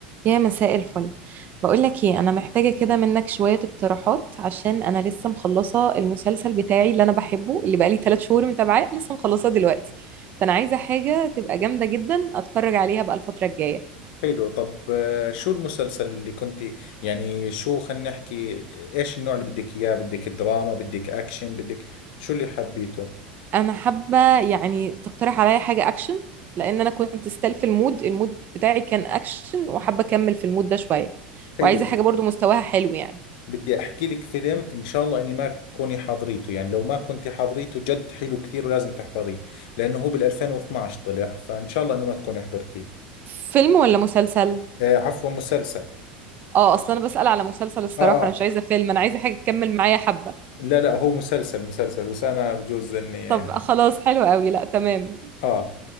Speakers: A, on the right; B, on the left.
A: يا مساء الفل بقول لك ايه انا محتاجه كده منك شويه اقتراحات عشان انا لسه مخلصه المسلسل بتاعي اللي انا بحبه اللي بقالي 3 شهور متابعاه لسه مخلصاه دلوقتي فانا عايزه حاجه تبقى جامده جدا اتفرج عليها بقى الفتره الجايه
B: حلو طب آه، شو المسلسل اللي كنت يعني شو خلينا نحكي ايش النوع اللي بدك اياه بدك دراما بدك اكشن بدك شو اللي حبيته
A: انا حابه يعني تقترح عليا حاجه اكشن لان انا كنت ستيل في المود المود بتاعي كان اكشن وحابه اكمل في المود ده شويه
B: حلو
A: وعايزه حاجه برضو مستواها حلو يعني
B: بدي احكي لك فيلم ان شاء الله اني ما تكوني حاضريته يعني لو ما كنت حاضريته جد حلو كثير ولازم تحضريه لانه هو بال 2012 طلع فان شاء الله انه ما تكوني حضرتيه
A: فيلم ولا مسلسل
B: آه عفوا مسلسل
A: اه اصلا انا بسأل على مسلسل الصراحه
B: اه اه
A: انا مش عايزه فيلم انا عايزه حاجه تكمل معايا حبه
B: لا لا هو مسلسل مسلسل بس انا بجوز اني
A: طب
B: اه,
A: خلاص حلو قوي لا تمام
B: آه